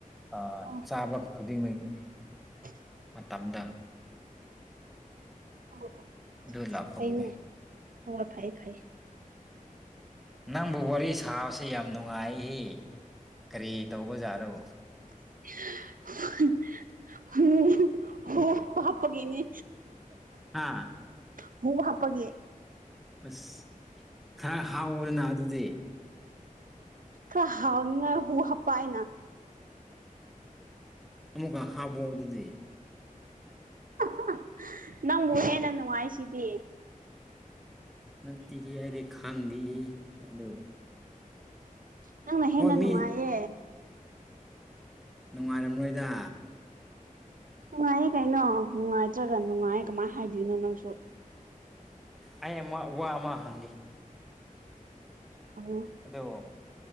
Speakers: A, in the centre; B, on the right.
A: ꯑꯥ
B: ꯑꯣ
A: ꯆꯥꯕꯒꯤ ꯈꯨꯗꯤꯡ <unintelligible>
B: <unintelligible>
A: ꯃꯇꯝꯗꫭ
B: ꯑꯣ ꯑꯣ
A: ꯑꯗꯨ ꯂꯥꯛꯄꯒꯤꯅꯦ
B: ꯐꯩꯅꯦ ꯍꯣꯏ ꯐꯩ ꯐꯩꯌꯦ
A: ꯅꯪꯕꯨ ꯋꯥꯔꯤ ꯁꯥꯕꯕꯁꯤ ꯌꯥꯝ ꯅꯨꯡꯉꯥꯏ ꯀꯔꯤ ꯇꯧꯕ ꯌꯥꯥꯔꯣ
B: <unintelligible> ꯍꫭ ꯍꯥꯞꯄꯒꯤꯅꯦ
A: ꯍꯥꯥ
B: ꯍꯨ ꯍꯥꯞꯄꯒꯤ
A: ꯑꯁ ꯈꯔ ꯍꯥꯎꯋꯣꯗꯅ ꯑꯗꯨꯗꯤ
B: ꯈꯔ ꯍꯥꯎꯅꯤꯉꯥꯏ ꯍꯨ ꯍꯥꯞꯄꯥꯑꯩꯅꯥ
A: ꯑꯃꯨꯛꯀ ꯍꯥꯞꯄꯣ ꯑꯗꯨꯗꯤ
B: ꯄꯨ <unintelligible> ꯅꯪꯕꯨ ꯍꯦꯟꯅ ꯅꯨꯡꯉꯥꯏꯁꯤꯗꯤ
A: ꯅꯠꯇꯤꯍꯦ ꯑꯩꯗꯤ ꯈꯪꯏ ꯑꯗꯨ
B: ꯅꯪꯅ ꯍꯦꯟꯅ
A: ꯍꯣꯏ ꯃꯤ
B: ꯅꯨꯡꯉꯥꯏꯌꯦ
A: ꯅꯨꯡꯉꯥꯏꯔꯝꯂꯣꯏꯗꯥ
B: ꯅꯨꯡꯉꯥꯏꯌꯦ ꯀꯩꯅꯣ ꯅꯨꯡꯉꯥꯏꯇ꯭ꯔꯒ ꯅꯨꯡꯉꯥꯏꯌꯦ ꯀꯃꯥꯏ ꯍꯥꯏꯗꯣꯏꯅꯣ ꯅꯪꯁꯨ
A: ꯑꯩ ꯑꯃ ꯋꯥ ꯑꯃ ꯍꯪꯒꯦ
B: ꯍꯪꯉꯣ
A: ꯑꯗꯣ